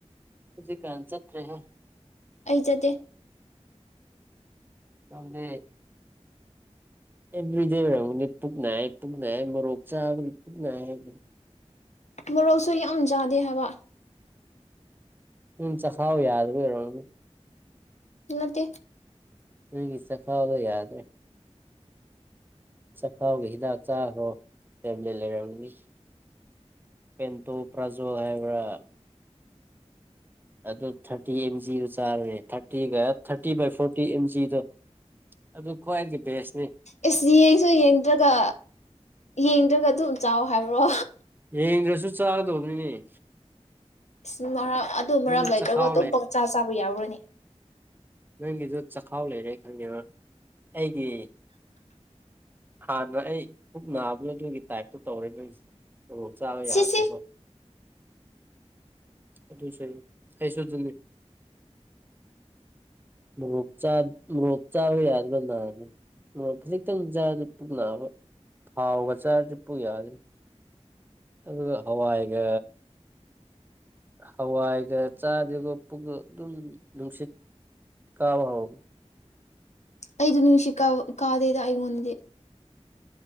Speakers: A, on the right; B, on the left.
A: ꯍꯧꯖꯤꯛꯀꯥꯟ ꯆꯠꯇ꯭ꯔꯦꯍꯦ꯫
B: ꯑꯩ ꯆꯠꯇꯦ꯫
A: ꯇꯝꯗꯦ꯫ ꯑꯦꯕ꯭ꯔꯤ ꯗꯦ ꯑꯣꯏꯔꯝꯒꯅꯤ ꯄꯨꯛ ꯅꯥꯏꯌꯦ ꯄꯨꯛ ꯅꯥꯏꯌꯦ ꯎꯃꯣꯔꯣꯛ ꯆꯥꯕꯒꯤ ꯄꯨꯛ ꯅꯥꯏ ꯍꯥꯏꯕ
B: ꯃꯔꯔꯣꯁꯣꯏ ꯑꯃꯖꯗꯦ ꯍꯥꯏꯕ
A: ꯎꯝ ꯆꯈꯥꯎ ꯌꯥꯗꯕ ꯑꯣꯏꯔꯝꯒꯅꯤ꯫
B: ꯅꯠꯇꯦ꯫
A: ꯅꯪꯒꯤ ꯆꯈꯥꯎꯒ ꯌꯥꯗ꯭ꯔꯦ ꯆꯈꯥꯎꯒꯤ ꯍꯤꯗꯥꯛ ꯆꯥꯈ꯭ꯔꯣ ꯇꯦꯕ꯭ꯂꯦꯠ ꯂꯩꯔꯝꯅꯤ ꯄꯦꯟꯇꯣ ꯄ꯭ꯔꯥꯖꯣ ꯍꯥꯏꯕ꯭ꯔꯥ꯫ ꯑꯗꯨ ꯊꯔꯇꯤ ꯑꯦꯝ_ꯖꯤ ꯗꯨ ꯆꯥꯔꯅꯤ ꯊꯔꯇꯤꯒ ꯊꯥꯔꯇꯤ ꯕꯥꯏ ꯐꯣꯔꯇꯤ ꯑꯦꯝ_ꯖꯤ ꯗꯣ ꯑꯗꯨ ꯈ꯭ꯋꯥꯏꯗꯒꯤ ꯕꯦꯁꯅꯦ꯫
B: ꯑꯦꯁ ꯌꯦꯡꯁꯨ ꯌꯦꯡꯗ꯭ꯔꯒ ꯌꯦꯡꯗ꯭ꯔꯒ ꯑꯗꯨꯝ ꯆꯥꯎꯑꯣ꯫ ꯍꯥꯏꯕ꯭ꯔꯣ꯫
A: ꯌꯦꯡꯗ꯭ꯔꯁꯨ꯫ ꯆꯥꯒꯗꯧꯕꯅꯤꯅꯦ꯫
B: <unintelligible> ꯑꯗꯨ ꯃꯔꯝ
A: ꯅꯪꯗꯤ
B: ꯂꯩꯇ꯭ꯔꯒ
A: ꯆꯈꯥꯎ
B: ꯑꯗꯨꯝ ꯄꯪꯆꯥ ꯆꯥꯕ ꯌꯥꯎꯔꯅꯤ꯫
A: ꯅꯣꯏꯒꯤꯗꯨ ꯆꯈꯥꯎ ꯂꯩꯔꯦ ꯈꯪꯉꯦꯕ ꯑꯩꯒꯤ ꯍꯥꯟꯅ ꯑꯩ ꯄꯨꯛ ꯅꯥꯕꯅꯣ ꯅꯣꯏꯒꯤ ꯇꯥꯏꯞꯇꯣ ꯇꯧꯔꯦ ꯅꯣꯏꯒꯤꯁꯤ ꯑꯣ ꯆꯥꯂ
B: ꯁꯤꯁꯤ
A: ꯌꯥꯗ ꯃꯣ ꯑꯗꯨꯁꯨ ꯑꯩꯁꯨ ꯑꯗꯨꯅꯤꯥ ꯃꯣꯔꯣꯛ ꯆꯥ ꯃꯣꯔꯣꯛ ꯆꯥꯕ ꯌꯥꯗꯕ ꯅꯥꯕ ꯃꯣꯔꯣꯛ ꯈꯖꯤꯛꯇꯪ ꯆꯥꯕꯗ ꯄꯨꯛ ꯅꯥꯕ ꯊꯥꯎꯒ ꯆꯥꯔꯗꯤ ꯄꯨꯛ ꯌꯥꯗ꯭ꯔꯦ꯫ ꯑꯗꯨꯒ ꯍꯋꯥꯏꯒ ꯍꯋꯥꯏꯒ ꯆꯥꯗ꯭ꯔꯒ ꯄꯨꯛ ꯑꯗꯨꯝ ꯅꯨꯡꯁꯤꯠ꯫ ꯀꯥꯕ ꯍꯧ꯫
B: ꯑꯩꯗꯨ ꯅꯨꯡꯁꯤꯠ ꯀꯥꯕ ꯀꯥꯗꯦꯗ ꯑꯩꯉꯣꯟꯗꯗꯤ꯫